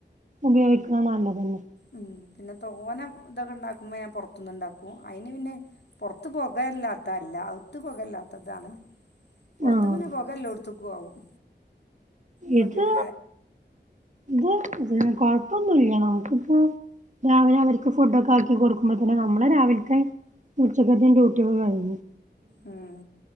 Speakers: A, on the right; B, on the left.
A: ഉപയോഗിക്കാൻ നല്ലതന്നെ
B: ഉം പിന്നെ തോന തൊക്കെ ഇണ്ടാക്കുമ്പോ ഞാൻ പൊർത്ത്ന്ന് ഇണ്ടാക്കും അയിന് പിന്നെ പൊർത്ത് പോകല്ലാത്ത അല്ല അവ്ത്ത് പോകല്ലാത്തതാണ് പൊർത്ത്
A: ആഹ്
B: പിന്നെ പോകല്ലോടുത്ത്ക്കു ആവും നോക്കിയിട്ട്
A: ഇത് ഇത് ഇതിന് കൊഴപ്പൊന്നുല്ല നമുക്കിപ്പോ രാവിലെ അവർക്ക് ഫുഡ് ഒക്കെ ആക്കി കൊടുക്കുമ്പോത്തിന് നമ്മളെ രാവിൽത്തെ ഉച്ചക്കത്തെ ഡ്യൂട്ടി ഒക്കെ കഴിഞ്ഞ്
B: ഉം